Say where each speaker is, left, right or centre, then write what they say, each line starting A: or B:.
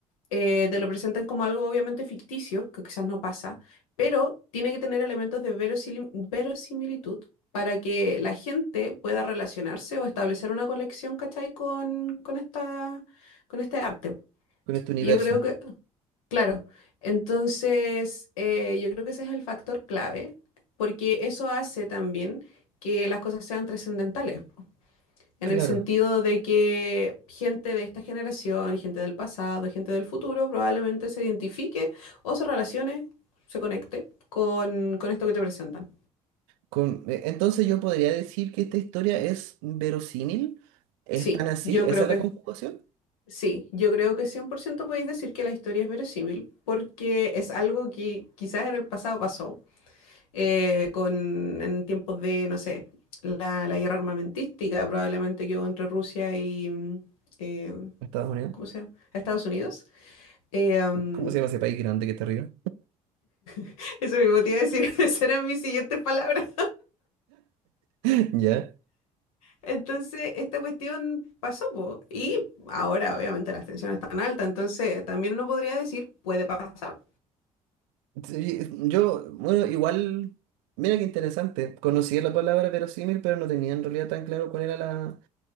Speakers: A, on the left; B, on the right.
A: eh, te lo presentan como algo obviamente ficticio, que quizás no pasa, pero tiene que tener elementos de verosili- verosimilitud para que la gente pueda relacionarse o establecer una conexión, ¿cachai? Con, con esta, con este arte.
B: Con este universo.
A: Y Yo creo que, claro, entonces eh, yo creo que ese es el factor clave, porque eso hace también que las cosas sean trascendentales, po, en
B: Claro.
A: el sentido de que gente de esta generación, gente del pasado, gente del futuro, probablemente se identifique o se relacione, se conecte con, con esto que te presentan.
B: Con, eh, entonces yo podría decir que esta historia es verosímil. ¿Es
A: Sí,
B: tan así?
A: yo
B: ¿Esa
A: creo
B: es
A: que,
B: la conjugación?
A: sí, yo creo que 100% podéis decir que la historia es verosímil, porque es algo que quizás en el pasado pasó eh, con, en tiempos de, no sé, la, la guerra armamentística probablemente que hubo entre Rusia y, mm, eh,
B: Estados Unidos.
A: ¿cómo se llama? Estados Unidos. Eh, mm,
B: ¿Cómo se llama ese país grande que está arriba?
A: <laughs> eso mismo te iba a decir, <laughs> esas eran mis siguientes palabras.
B: <laughs> Ya.
A: Entonces, esta cuestión pasó, po, y ahora obviamente las tensiones están altas, entonces también uno podría decir, puede pasar.
B: Sí, yo, bueno, igual, mira qué interesante. Conocía la palabra verosímil, pero no tenía en realidad tan claro cuál era la,